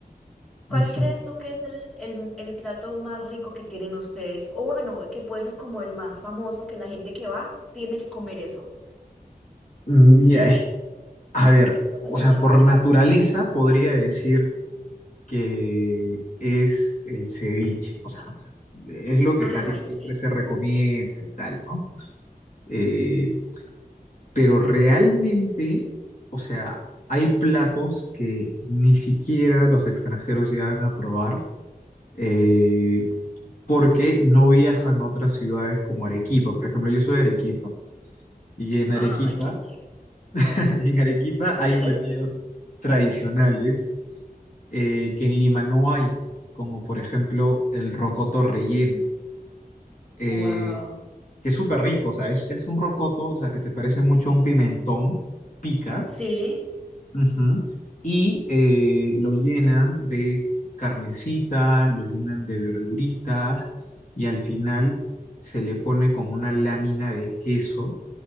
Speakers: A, on the left; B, in the centre.
A: <laughs>
B: ¿Cuál
A: Ujú.
B: crees tú que es el, el- el plato más rico que tienen ustedes? O bueno, que puede ser como el más famoso, que la gente que va tiene que comer eso.
A: Mira, es- a ver,
B: Mucho.
A: o sea, por naturaleza podría decir que es el ceviche. O sea, o sea, es lo que
B: Ay,
A: casi siempre
B: sí.
A: se recomienda y tal, ¿no? Eh, pero realmente, o sea, hay platos que ni siquiera los extranjeros llegan a probar eh, porque no viajan a otras ciudades como Arequipa. Por ejemplo, yo soy de Arequipa y en Arequipa,
B: Ay, qué chévere.
A: <laughs> en Arequipa hay
B: <laughs>
A: platillos tradicionales eh, que en Lima no hay, como por ejemplo el rocoto relleno. eh,
B: Wow.
A: que es súper rico, o sea, es, es un rocoto, o sea, que se parece mucho a un pimentón, pica,
B: Sí.
A: ujú, y eh, lo llenan de carnecita, lo llenan de verduritas, y al final se le pone como una lámina de queso,